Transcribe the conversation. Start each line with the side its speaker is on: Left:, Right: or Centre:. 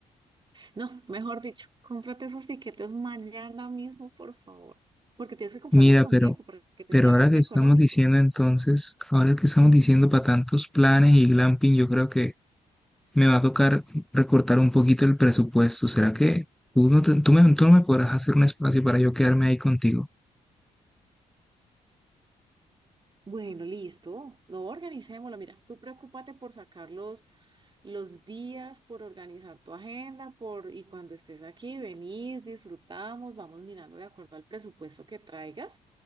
Right: No, mejor dicho, cómprate esos tiquetes mañana mismo, por favor, porque tienes que comprarlos
Centre: Mira,
Right: con
Centre: pero,
Right: tiempo para que te
Centre: pero
Right: salgan
Centre: ahora que
Right: económicos.
Centre: estamos diciendo entonces, ahora que estamos diciendo para tantos planes y glamping, yo creo que me va a tocar recortar un poquito el presupuesto. ¿Será que tú no, te- tú me, tú no me podrás hacer un espacio para yo quedarme ahí contigo?
Right: Bueno, listo. No, organicémoslo. Mira, tú preocúpate por sacar los, los días, por organizar tu agenda, por, y cuando estés aquí, venís, disfrutamos, vamos mirando de acuerdo al presupuesto que traigas